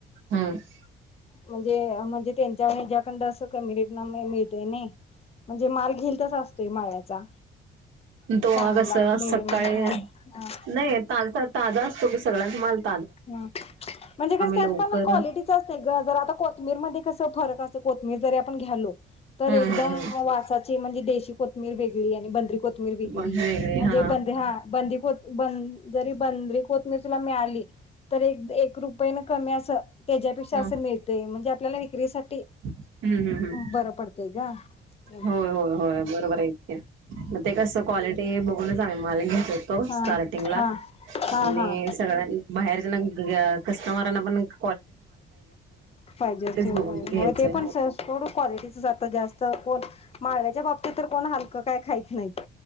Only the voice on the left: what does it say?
म्हणजे म्हणजे त्येन ज्याच तेज्याकंड अस कमी रेटन म मिळतोय नी म्हंजे माल घेऊ तसा असतो ते माळ्याचा
चांगला
मिडियम
हा हा
ह म्हणजे कस असत
ना क्वालिटीच असते ग जर आता कोथमीर मध्ये कस फरक अस कोथमिर जरी आपण घ्यालो. तर
एकदम
वासाची म्हणजे देशी कोथमीर वेगळी आणि बंदरी कोथमीर वेगळी
म्हणजे
बंद हा बंद ब जरी बंदरी कोथमीर तुला मिळाली. तर एक एक रुपये न कमी असं त्याच्यापेक्षा
अस मिळतय म्हणजे आपल्याला विक्रीसाठी
बरं पडतंय ग. ते
हा
हा हा हा
हा
पाहिजे असतंय
ते पण थोड क्वालिटीचच आता जास्त पण माळव्याच्या बाबतीत तर कोण हलकं काय खाइत नाइत.